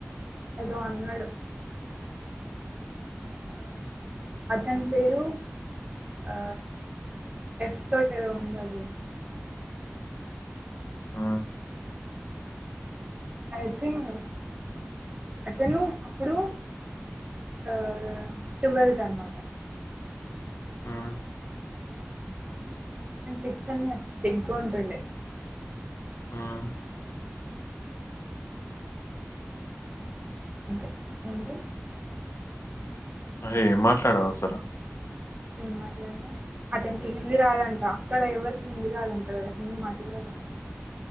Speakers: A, on the right; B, on the left.
A: ఏదో అన్నాడు ఆ అతని పేరు ఆ ఎఫ్ తోటి ఉన్నాదిలే
B: ఆ
A: ఐ థింక్ అతను అప్పుడు ఆఆ ట్వెల్త్ అనమాట
B: ఆమ్
A: అతని పిక్స అని తెగంటుండే
B: ఊమ్
A: అంతే అంటే
B: అరే ఏం మాట్లాడావసలు
A: ఏం మాట్లాడినా అతనికి హిందీ రాదంటా అక్కడ ఎవరికి హిందీ రాదంటా కదా హిందీ మాట్లాడాలంట